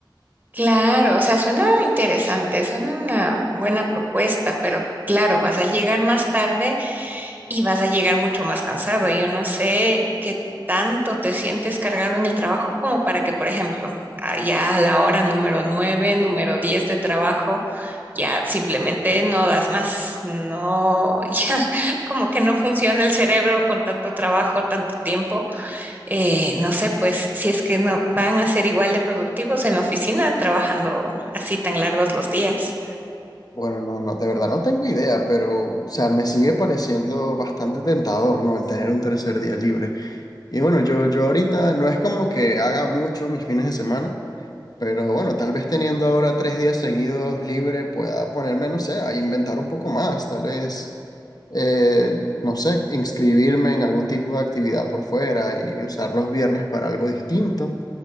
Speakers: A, on the right (about 25°); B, on the left (about 50°).
A: Claro, o sea, suena interesante, suena una buena propuesta, pero claro, vas a llegar más tarde y vas a llegar mucho más cansado. Yo no sé qué tanto te sientes cargado en el trabajo como para que, por ejemplo, ah, ya a la hora número nueve, número diez de trabajo, ya simplemente no das más. No, <laughs> ya como que no funciona el cerebro con tanto trabajo, tanto tiempo. eh, no sé, pues si es que no van a ser igual de productivos en la oficina trabajando así tan largos los días.
B: Bueno, no, no, de verdad no tengo idea, pero, o sea, me sigue pareciendo bastante tentador, ¿no? El tener un tercer día libre. Y bueno, yo, yo ahorita no es como que haga mucho mis fines de semana. Pero bueno, tal vez teniendo ahora tres días seguidos libre pueda ponerme, no sé, a inventar un poco más, tal vez, eh, no sé, inscribirme en algún tipo de actividad por fuera y usar los viernes para algo distinto.